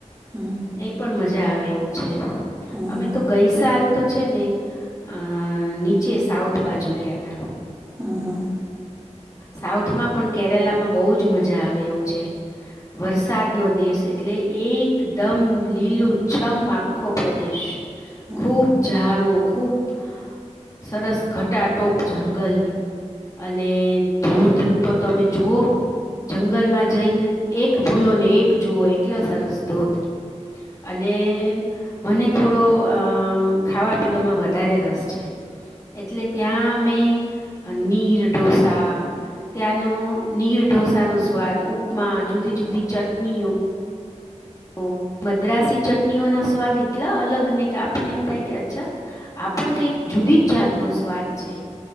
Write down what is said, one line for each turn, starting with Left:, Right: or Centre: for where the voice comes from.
Right: હમ હમ
Left: એ પણ મજા મજા આવે એવું છે.
Right: હમ
Left: અમે
Right: હમ
Left: તો ગઈ સાલ તો છેને અહ નીચે સાઉથ બાજુ ગયાતા.
Right: હમ હમ
Left: સાવ માં પણ કેરાલામાં બહુ જ મજા આવે એવું છે વરસાદ નો દેશ એટલે એકદમ લીલું છમ આખો પ્રદેશ
Right: હમ
Left: ખૂબ ઝાડો ખૂબ સરસ ઘટાટોપ જંગલ અને <inaudible> તો તમે જુઓ જંગલમાં જઈને એક ભૂલો ને એક જુઓ એટલો સરસ ધોધ અને એ મને થોડો ખાવા પીવામાં વધારે રસ છે એટલે ત્યાં મેં નીર ઢોસા ત્યાંનો નીર ઢોસાનો સ્વાદ, ઉપમા જુદી જુદી ચટણીઓ ઓ મદ્રાસી ચટણીઓના સ્વાદ એટલા અલગ ને કે, આપણને એમ થાય કે અચ્છા આપણ કઈક જુદી જ જાતનો સ્વાદ છે.